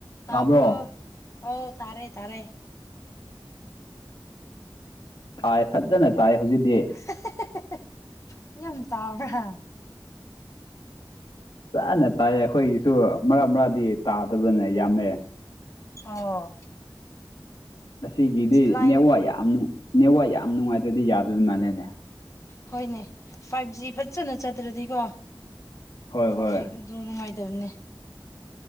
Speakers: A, on the left; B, on the left.
A: ꯇꯕꯔꯣ
B: ꯇꯥꯕ꯭ꯔꯣ
A: ꯍꯣꯏ ꯇꯥꯔꯦ ꯇꯥꯔꯦ
B: ꯊꯥꯏ ꯐꯖꯅ ꯇꯥꯏ ꯍꯧꯖꯤꯛꯗꯤ
A: <inaudible> ꯌꯥꯝ ꯇꯥꯕ꯭ꯔ
B: ꯆꯥꯅ ꯇꯥꯏꯌꯦ ꯑꯩꯈꯣꯏꯒꯤꯁꯨ ꯃꯔꯛ ꯃꯔꯛꯗꯤ ꯇꯥꯗꯕꯅꯦ ꯌꯥꯝꯃꯦ
A: ꯑꯣ
B: ꯑꯁꯤꯒꯤꯗꯤ
A: ꯂꯥꯏꯟ
B: ꯅꯥꯋꯥ ꯌꯥꯝ ꯅꯥꯋꯥ ꯌꯥꯝ ꯅꯨꯡꯉꯥꯏꯇ꯭ꯔꯗꯤ ꯌꯥꯗꯣꯏ ꯃꯥꯜꯂꯦꯅꯦ
A: ꯍꯣꯏꯅꯦ ꯐꯥꯏꯚ ꯖꯤ ꯐꯖꯅ ꯆꯗ꯭ꯔꯗꯤꯀꯣ
B: ꯍꯣꯏ
A: ꯐꯣꯔ
B: ꯍꯣꯏ
A: ꯖꯤ ꯑꯗꯨ ꯅꯨꯡꯉꯥꯏꯇꯕꯅꯤ